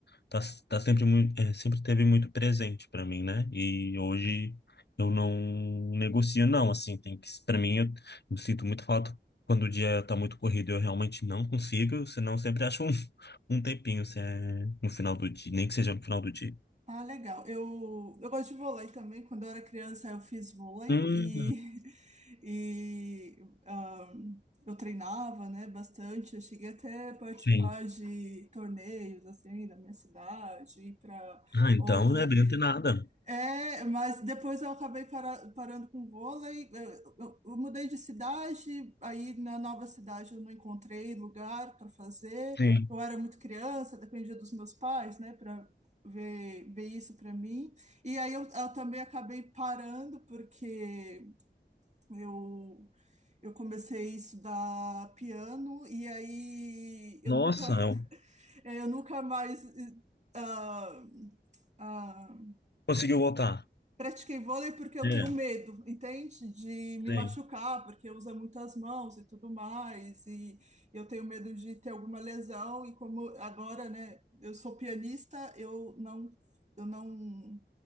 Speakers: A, on the left; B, on the right.
A: tá, tá sempre muito, é, sempre teve muito presente para mim, né? E hoje eu não negocio não, assim, tem que para mim eu, eu sinto muito falta quando o dia tá muito corrido, eu realmente não consigo, senão eu sempre acho um, <laughs> um tempinho, se é no final do dia, nem que seja no final do dia.
B: Ah, legal. Eu, eu gosto de vôlei também. Quando eu era criança, eu fiz vôlei
A: Hum,
B: e, <laughs> e ahn, eu treinava, né, bastante. Eu cheguei até a participar
A: sim.
B: de torneios, assim, da minha cidade, ir para
A: Ah, então
B: outras.
A: não é bem nada.
B: É, mas depois eu acabei para- parando com vôlei. Eu, eu- eu mudei de cidade, aí na nova cidade eu não encontrei lugar para fazer.
A: Sim.
B: Eu era muito criança, dependia dos meus pais, né, para ver, ver isso para mim. E aí eu, eu também acabei parando porque eu eu comecei a estudar piano e aí eu
A: Nossa,
B: nunca <laughs>
A: eu-
B: eu nunca mais eh, ah, ah,
A: conseguiu voltar.
B: pratiquei vôlei porque eu
A: É,
B: tenho medo, entende? De me
A: sim.
B: machucar, porque usa muitas mãos e tudo mais, e eu tenho medo de ter alguma lesão, e como agora, né, eu sou pianista, eu não eu não,